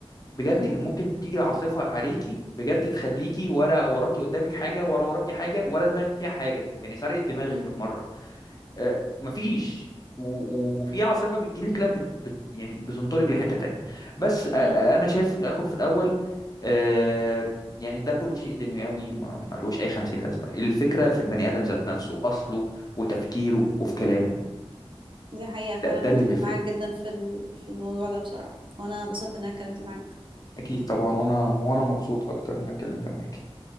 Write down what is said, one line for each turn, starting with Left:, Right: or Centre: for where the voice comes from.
Left: بجد
Right: مم.
Left: ممكن تيجي العاصفه عليكي بجد تخليكي ولا وراكي قدامك حاجه ولا وراكي حاجه ولا دماغك فيها حاجه يعني سرقت دماغك
Right: مم.
Left: بالمره آه، مفيش و- وفي عاصفه بتجيلك لا بت بت يعني بتنطرك لحته تانية بس آه،
Right: مم.
Left: آه، انا شايف في الاخر في الاول آه، يعني ده كله شيء دنيوي ما ما لهوش اي 50 لازمه الفكره في البني ادم ذات نفسه اصله وتفكيره وفي كلامه
Right: دي حقيقة فعلا
Left: ده, ده اللي
Right: بتفق
Left: بيفرق
Right: معاك جدا في ال- في الموضوع ده بصراحة وانا انبسطت ان انا اتكلمت معاك
Left: اكيد طبعا وانا وانا مبسوط اكتر ان انا اتكلمت معاك